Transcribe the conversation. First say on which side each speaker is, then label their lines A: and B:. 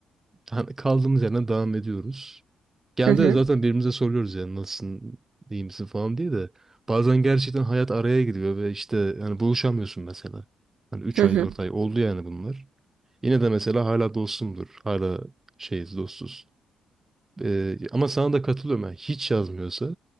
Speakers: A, on the right (about 15°); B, on the right (about 75°).
A: Hani kaldığımız yerden devam ediyoruz. Genelde
B: hı hı
A: de zaten birbirimize soruyoruz yani nasılsın, iyi misin falan diye de. Bazen gerçekten hayat araya giriyor ve işte hani buluşamıyorsun mesela. Hani üç
B: hı hı.
A: ay dört ay oldu yani bunlar. Yine de mesela hala dostumdur. Hala şeyiz dostuz. Ee, ama sana da katılıyorum yani hiç yazmıyorsa